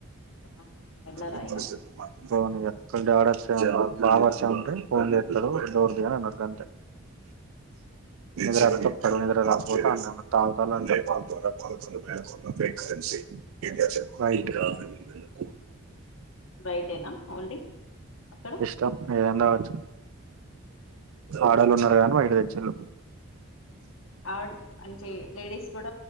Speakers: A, on the left (about 70°); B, on the right (about 70°).
A: ఆహా, వెళ్ళరా
B: ఉమ్
A: ఇగ
B: పోనిగా ఒకవేళ డాడ్ అత్తె బాగ వర్షం ఉంటే బ ఫోన్ చేత్తడు దోర్ దీ అని అన్నడు గంతే నిదరేదోత్తడి నిదర రాదు <unintelligible> తగుతాల్లంటే <unintelligible> <unintelligible>
A: బయటేనా ఓన్లీ అక్కడ
B: ఇష్టం ఏదన్నా గావచ్చు ఆడోళ్ళు ఉన్నరు గదా అని వైట్ దేచ్చిళ్ళు
A: ఆడ్ అంటే లేడీస్ గూడ